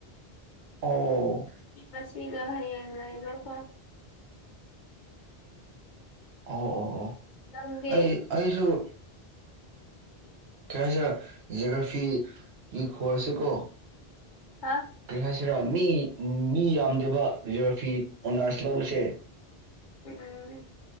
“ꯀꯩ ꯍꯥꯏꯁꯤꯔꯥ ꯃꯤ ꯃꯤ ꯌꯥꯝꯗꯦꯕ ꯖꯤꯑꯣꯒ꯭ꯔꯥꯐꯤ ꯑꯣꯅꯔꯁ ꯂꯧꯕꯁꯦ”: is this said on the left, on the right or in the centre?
Right